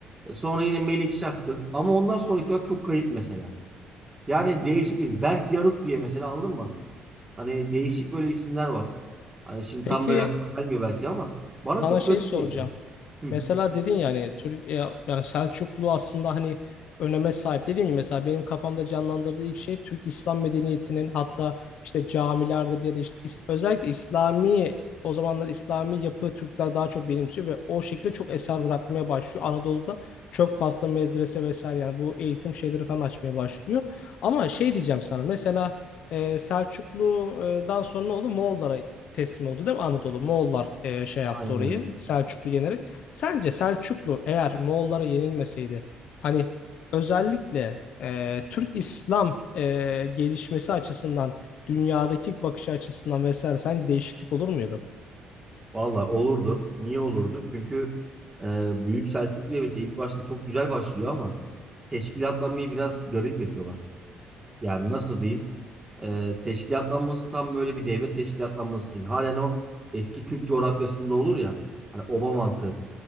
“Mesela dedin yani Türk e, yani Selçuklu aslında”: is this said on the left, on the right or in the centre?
Left